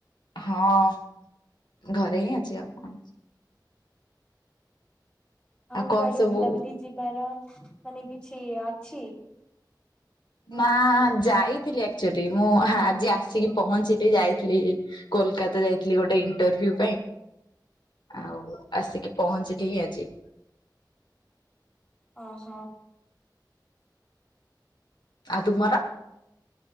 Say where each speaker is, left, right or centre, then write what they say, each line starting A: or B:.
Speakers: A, on the left; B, on the left.
A: ହଁ ଘରେ ହିଁ ଅଛି ଆଉ। କଣ।
B: ଆଉ
A: କଣ
B: କୁଆଡ଼େ
A: ସବୁ
B: ବୁଲାବୁଲି ଯିବାର ମାନେ କିଛି ଅଛି?
A: ନାଁ ଯାଇଥିଲି ଆକ୍ଚୁଆଲି ମୁଁ ଆଜି ଆସିକି ପହଞ୍ଚିଲି ଯାଇଥିଲି କୋଲକାତା ଯାଇଥିଲି ଗୋଟେ ଇଣ୍ଟରଭ୍ୟୁ ପାଇଁ। ଆଉ ଆସିକି ପହଞ୍ଚିଲିି ହି ଆଜି।
B: ଅହ।
A: ଆ ତୁମର?